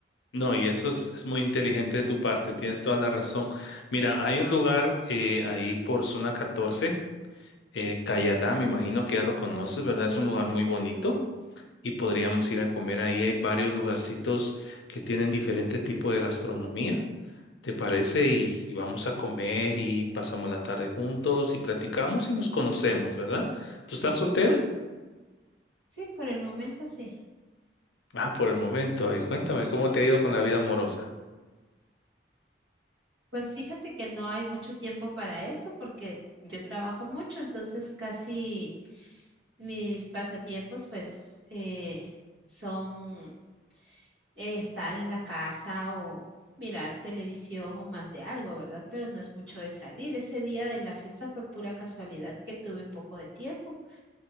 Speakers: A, on the left; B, on the right.
A: No, y eso es, es muy inteligente de tu parte, tienes toda la razón. Mira, hay un lugar eh, ahí por zona 14, eh, Cayalá, me imagino que ya lo conoces, ¿verdad? Es un lugar muy bonito y podríamos ir a comer ahí. Hay varios lugarcitos que tienen diferente tipo de gastronomía, ¿te parece? Y, y vamos a comer y pasamos la tarde juntos y platicamos y nos conocemos, ¿verdad? ¿Tú estás soltera?
B: Sí, por el momento sí.
A: Ah, por el momento. Y cuéntame, ¿cómo te ha ido con la vida amorosa?
B: Pues fíjate que no hay mucho tiempo para eso porque yo trabajo mucho, entonces casi mis pasatiempos pues eh, son eh, estar en la casa o mirar televisión o más de algo, ¿verdad? Pero no es mucho de salir. Ese día de la fiesta fue pura casualidad que tuve un poco de tiempo,